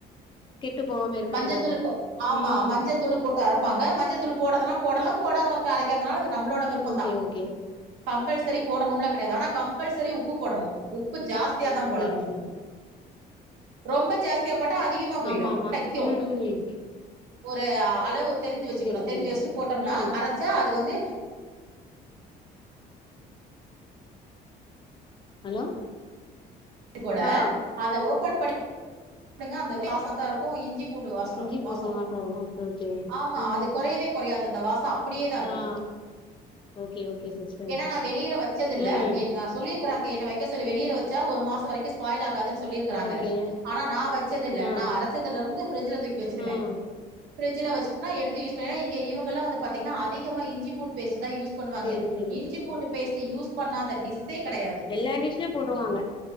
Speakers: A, on the left; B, on the right.
A: கெட்டு போகாம இருக்கறதுக்காக
B: மஞ்ச தூளுப் ஆமா
A: ம்
B: மஞ்ச தூளுப் போட்டு அரப்பாங்க மஞ்சத்தூள் போடதுனா போடலா போடாம இருக்க அரைக்கிறதுனால அது நம்ளோட விருப்பந்தா
A: ஓகே ஓகே
B: கம்பல்சரி போடனுலா கெடையாது ஆனா கம்பல்சரி உப்பு போடணு உப்பு ஜாஸ்தியா தா போடணு
A: சேரி சேரி
B: ரொம்ப ஜாஸ் சுட்சியா போட்டா அதிகமா போயிடு
A: ஆமா ஆமா
B: கைக்கு
A: ம் ம்
B: ஒரு அளவு தெரிஞ்சு வச்சுக்கணு
A: செரி
B: தெரிஞ்சு
A: செரி
B: வச்சுட்டு போட்டோம்னா
A: ம்
B: அரச்சா அது வந்து
A: ஹலோ
B: க்கூட
A: ஆ
B: அத ஓபன் பண்ணி எப்டிங்க அந்த பாசாத்தா இருக்கு இஞ்சி பூண்டு வாசோ
A: இஞ்சி
B: வாசோ
A: பூசணி ஆஹாரோ ஓகே ஓகே
B: ஆமா
A: ம்
B: அது குறையவே கொறையாது அந்த வாசோ அப்டியே தா இருக்கு
A: ஆ ஓகே ஓகே சிஸ்டர்
B: ஏன்னா நா வெளியிற வச்சதில்ல
A: ம்
B: சொல்லிருக்காங்க என்ன வைக்க சொல்லி வெளியில வச்சா ஒரு மாசோ வரைக்கு ஸ்பாயில் ஆகாதுனு சொல்லிரு
A: ஓகே
B: நா வச்சதுல்ல
A: ஆ
B: நா அரச்சதுல இருந்து ஃப்ரிஞ்சுல தூக்கி வச்சிருவே
A: ஆ
B: ஃபிரிஞ்ட்சுல வச்சிட்டுனா எடுத்து யூஷ் பண்ண இங்க இவுங்களா வந்து பாத்தீங்கன்னா அதிகமா இஞ்சி பூண்டு பேஸ்டு தா யூஸ் யூஸ் பண்ணுவாங்க
A: செரி செரி
B: இஞ்சி பூண்டு பேஸ்ட்டு யூஸ் பண்ணாத டிஸ்சே கெடையாது
A: எல்லா டிஷ்லயு போட்ருவாங்க